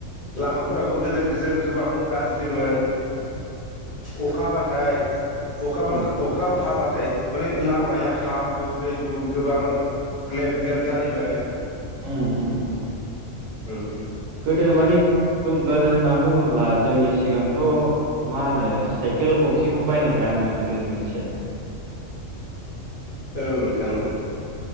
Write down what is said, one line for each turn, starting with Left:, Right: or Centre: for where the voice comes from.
Left: लामाफोराबो गोदो गोजो गोबां गाज्रिमोन अखा हाबाथाय। अखा
Right: उम
Left: बांखा अखा हाबाथाय। अनेग लामाया हाब्रु दैब्रु गोबां ग्लेब ग्लेब जायोमोन।
Right: उम-उम-उम।
Left: उम उम।
Right: गोदो माने बुंगाद होननानै बुङोब्ला जोंनि सिगांथ मा होनो साइकेल गंसेखौनो बायनो हायामोननो गोदोनि मानसिया।
Left: औ नोंथां औ।